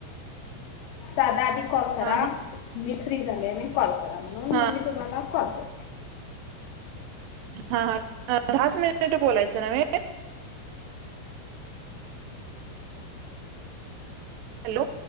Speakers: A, on the left (about 80°); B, on the right (about 85°).
A: साधा आधी कॉल करा.
B: हा हा
A: मी फ्री झाले मी कॉल करा. म्हणून
B: हा
A: मग मी तुम्हाला कॉल करते.
B: हा हा दहाच मिनिट बोलायचं नवे. हॅलो.